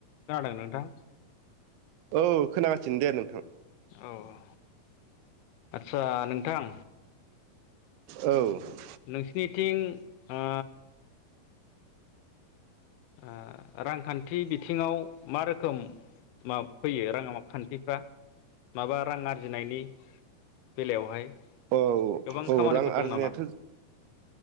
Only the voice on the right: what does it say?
औ खोनागासिनो दे नोंथां ।
औ ।
औ
औ रां
आरजिनायाथ